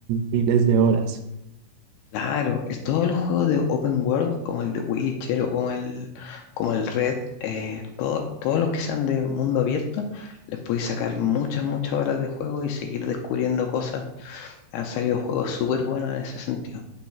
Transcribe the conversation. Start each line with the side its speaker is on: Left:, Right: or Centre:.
Right: miles de horas.
Left: Claro, es todos los juegos de Open World, como el de Witcher o como el, como el Red, eh, todo- todos los que sean de mundo abierto, les podéis sacar muchas, muchas horas de juego y seguir descubriendo cosas. Han salido juegos súper buenos en ese sentido.